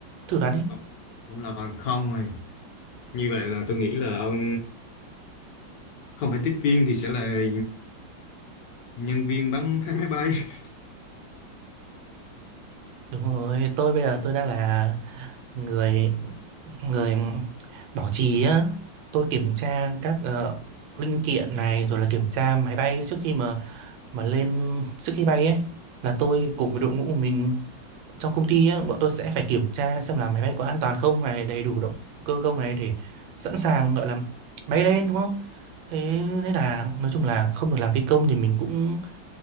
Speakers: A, on the right (about 85°); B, on the left (about 70°).
A: thử đoán đi
B: ông ông làm hàng không rồi như vậy là tôi nghĩ là ông không phải tiếp viên thì sẽ là nhân viên bắn phá máy bay <laughs>
A: đúng rồi tôi bây giờ tôi đang là người người bảo trì á tôi kiểm tra các ờ, linh kiện này rồi là kiểm tra máy bay trước khi mà mà lên trước khi bay ấy là tôi cùng với đội ngũ của mình trong công ty á, bọn tôi sẽ phải kiểm tra xem là máy bay có an toàn không này đầy đủ động cơ không này để sẵn sàng gọi là bay lên đúng không thế thế là nói chung là không được làm phi công thì mình cũng